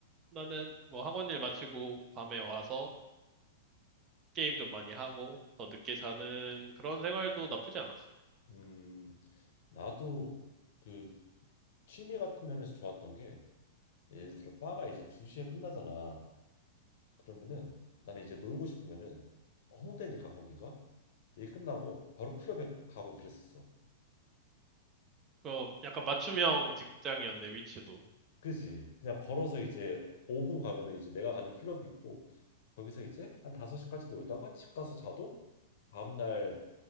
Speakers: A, on the right; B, on the left.
A: 나는 뭐 학원 일 마치고 밤에 와서 게임 좀 많이 하고 더 늦게 자는 그런 생활도 나쁘지 않았어.
B: 음, 나도 그 취미 같은 면에서 좋았던 게 예를 들어 바가 이제 2시에 끝나잖아. 그러면은 나는 이제 놀고 싶으면은 홍대니까 거기가 일 끝나고 바로 클럽에 가고 그랬었어.
A: 그 약간 맞춤형 직장이었네 위치도.
B: 그지? 그냥 걸어서 이제 5분 가면은 이제 내가 가는 클럽이 있고 거기서 이제 한 5시까지 놀다가 집 가서 자도 다음날